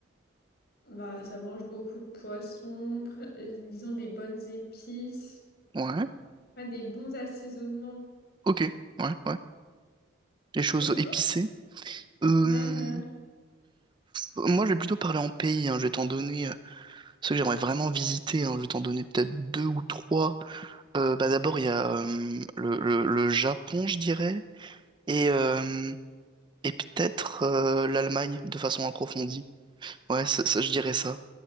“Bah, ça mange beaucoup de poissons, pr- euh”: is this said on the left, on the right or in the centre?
Left